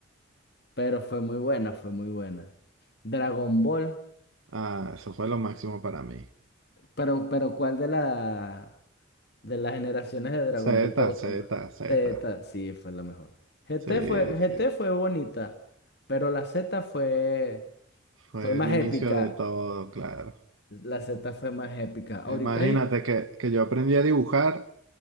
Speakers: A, on the left (about 50°); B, on the right (about 80°).
A: Pero fue muy buena, fue muy buena. Dragon Ball,
B: Ah, eso fue lo máximo para mí.
A: pero, pero ¿cuál de la... De las generaciones de Dragon
B: Z,
A: Ball te gustó
B: Z,
A: más.
B: Z.
A: Z, sí, fue la mejor. GT
B: Sí,
A: fue,
B: sí.
A: GT fue bonita, pero la Z fue,
B: Fue
A: fue más
B: el inicio
A: épica.
B: de todo, claro.
A: La Z fue más épica. Ahorita
B: Imagínate
A: hay
B: que, que yo aprendí a dibujar